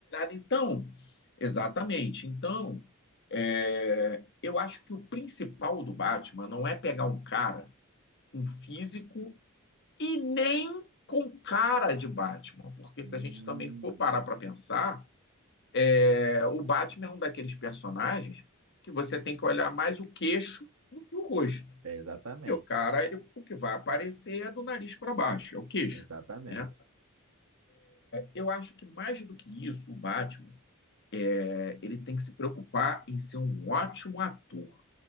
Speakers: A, on the left; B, on the right.
A: Então, exatamente. Então, é, eu acho que o principal do Batman não é pegar um cara com físico e nem com cara de Batman, porque
B: Hum,
A: se a gente também for parar para pensar, é, o Batman é um daqueles personagens que você tem que olhar mais o queixo do que o rosto.
B: é exatamente,
A: E o cara, ele- o que vai aparecer é do nariz para baixo, é o queixo.
B: exatamente.
A: Né? Eu acho que mais do que isso, o Batman, é, ele tem que se preocupar em ser um ótimo ator